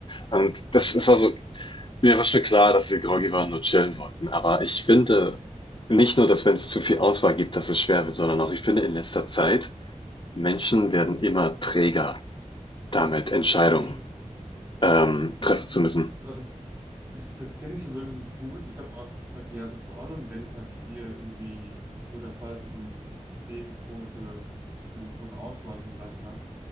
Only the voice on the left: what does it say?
Und das, es war so, mir war schon klar, dass sie groggy waren und nur chillen wollten. Aber ich finde nicht nur, dass wenn es zu viel Auswahl gibt, dass es schwer wird, sondern auch, ich finde in letzter Zeit, Menschen werden immer träger, damit Entscheidungen,
ähm,
treffen zu müssen.